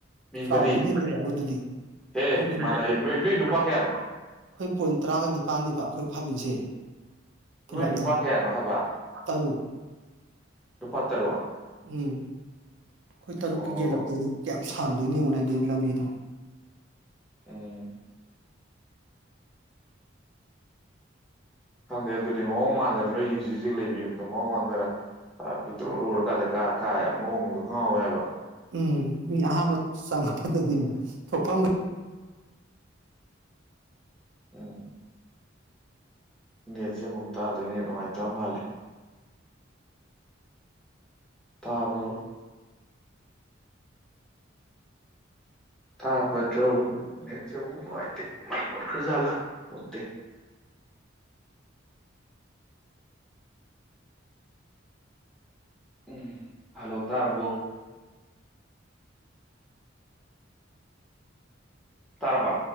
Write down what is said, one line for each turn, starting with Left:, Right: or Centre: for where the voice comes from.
Centre: ꯃꯤ
Right: ꯆꯥꯎꯕꯁꯤꯅꯗꯤꯧꯕꯗꯨꯗꯤ
Centre: ꯃꯔꯤ
Right: ꯑꯩꯈꯣꯏꯒꯤ
Centre: ꯍꯦ ꯃꯥꯟꯅꯩ
Right: ꯑꯩꯈꯣꯏ
Centre: ꯅꯣꯏ ꯅꯣꯏ ꯅꯨꯄꯥ ꯀꯌꯥꯅꯣ
Right: ꯄꯣꯏꯟ ꯇꯔꯥꯒ ꯅꯤꯄꯥꯜꯅꯤꯕ ꯑꯩꯈꯣꯏ ꯐꯪꯉꯤꯁꯦ ꯄꯨꯂꯞꯅ
Centre: ꯅꯣꯏ ꯅꯨꯄꯥ ꯀꯌꯥꯅꯣ ꯍꯥꯏꯕ
Right: ꯇꯔꯨꯛ
Centre: ꯅꯨꯄꯥ ꯇꯔꯨꯛ
Right: ꯎꯝ ꯑꯩꯈꯣꯏ ꯇꯔꯨꯛꯀꯤ
Centre: ꯑꯣ
Right: ꯒꯦꯜꯂꯄ ꯀꯌꯥ ꯌꯥꯝ ꯁꯥꯡꯗꯣꯏꯅꯦꯉꯅꯦ ꯑꯗꯨꯗꯤ ꯂꯝꯕꯤꯗꯣ
Centre: ꯎꯝ ꯍꯪꯗꯦ ꯑꯗꯨ ꯑꯣ ꯃꯥꯥꯟꯗꯦ ꯅꯣꯏꯒꯤ ꯍꯧꯖꯤꯛ ꯍꯧꯖꯤꯛ ꯂꯩꯕ ꯌꯨꯝꯗꯝ ꯃ ꯃꯥꯟꯗꯅ ꯄꯤꯛꯇ꯭ꯔꯨ ꯂꯔꯀꯥꯟꯗ ꯀꯥ ꯀꯥ ꯌꯥꯝ ꯂꯣꯡꯕꯗ ꯉꯥꯎꯋꯦ ꯍꯥꯏꯕ
Right: ꯎꯝ ꯃꯤ ꯑꯍꯥꯟꯕ ꯆꯪꯉꯛꯄꯗꯗꯤꯅꯦ ꯊꯣꯛꯐꯝꯒ
Centre: ꯑ ꯅꯦꯠꯁꯦ ꯑꯃꯨꯛ ꯇꯥꯗ꯭ꯔꯦꯅꯦ ꯅꯨꯡꯉꯥꯏꯇ ꯃꯥꯜꯂꯦ ꯇꯥꯔꯕꯣ ꯇꯥꯕꯗ꯭ꯔꯧ ꯅꯦꯠꯁꯧꯕ ꯅꯨꯡꯉꯥꯏꯇꯦ ꯃꯩ ꯃꯨꯠꯈ꯭ꯔꯖꯥꯠꯂꯥ ꯃꯨꯠꯇꯦ ꯎꯝ ꯍꯂꯣ ꯇꯔꯔꯕꯣ ꯇꯔꯕꯥ